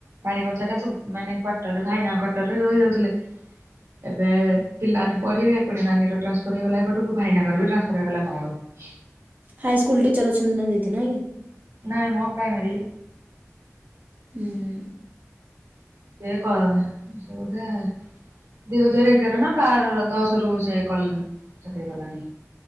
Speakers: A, on the right; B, on the right.
A: ବାଣୀଗୋଛାଟା ମାନେ କ୍ଵାଟରରେ ଭାଇନାଙ୍କ କ୍ୱାଟରରେ ରହି ଯାଉଥିଲେ ଏବେ ପିଲାମାନେ ପଢିବେ ପୁଣି ନାନୀର ଟାନ୍ସଫର ହେଇଗଲା ଏପଟକୁ ପୁଣି ଭାଇନାଙ୍କର ବି ଟ୍ରାନ୍ସଫର ହେଇଗଲା ନୟାଗଡ।
B: ହାଇସ୍କୁଲ ଟିଚର ଅଛନ୍ତି ନା ଦିଦି ନାହିଁ କି।
A: ନାଇଁ ମ ପ୍ରାଇମେରୀ।
B: ହୁଁ।
A: ସେ କ ସେ ବୋଧେ ଦୁଇ ହଜାର ଏଗାର ନା ବାର ଦଶରୁ ସେ କଲେ ଚାକିରି କଲାଣି।